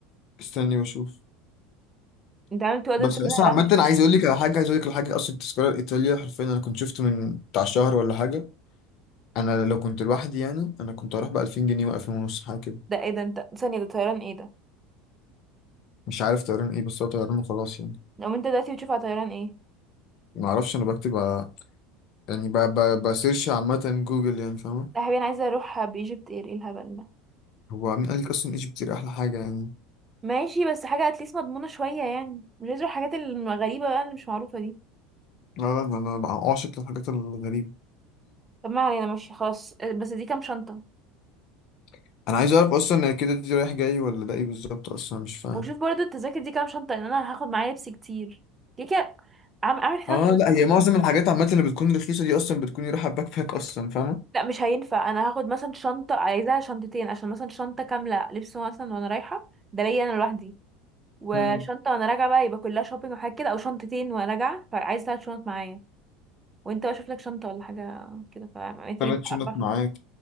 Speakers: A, on the left; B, on the right.
A: استني بشوف
B: انت عامل تو ادلتس
A: بس اصلا
B: منها رمل
A: عامة عايز اقول لك على حاجة عايز اقول لك على حاجة اصلا التذكرة الايطالية حرفيا انا كنت شفت من بتاع شهر ولا حاجة انا لو كنت لوحدي يعني انا كنت هروح ب 2000 جنيه و2000 ونص حاجة كده
B: ده ايه ده انت ثانيه ده طيران ايه ده
A: مش عارف طيران ايه بس هو طيران وخلاص يعني
B: لو انت دلوقتي بتشوف على طيران ايه
A: ما اعرفش انا بكتب على يعني ب... ب... بسيرش عامه جوجل يعني فاهمه
B: لا يا حبيبي انا عايزه اروح بايجيبت اير ايه الهبل ده
A: هو مين قال لك اصلا ايجيبت دي احلى حاجه يعني
B: ماشي بس حاجه اتليست مضمونه شويه يعني مش عايزه اروح الحاجات الغريبه بقى اللي مش معروفه دي
A: لا لا ده انا بقى عاشق للحاجات الغريبه
B: طب ما علينا ماشي خلاص بس دي كام شنطه
A: <laughs> انا عايز اعرف اصلا كده دي رايح جاي ولا ده ايه بالظبط اصلا مش فاهم
B: وشوف برضو التذاكر دي كام شنطة لان انا هاخد معايا لبس كتير كده كده عم اعمل حسابك
A: اه
B: ان انا
A: لا
B: مثلا
A: هي معظم
B: <laughs>
A: الحاجات عامه اللي بتكون رخيصه دي اصلا بتكون رايحه باك باك اصلا فاهمه
B: لا مش هينفع انا هاخد مثلا شنطة عايزاها شنطتين عشان مثلا شنطة كاملة لبس مثلا وانا رايحة ده ليا انا لوحدي وشنطة
A: امم
B: وانا راجعة بقى يبقى كلها شوبينج وحاجات كده او شنطتين وانا راجعة فعايز ثلاث شنط معايا وانت بقى شوف لك شنطة ولا حاجة كده فمحتاجين
A: ثلاث شنط
B: نعبرهم
A: معاك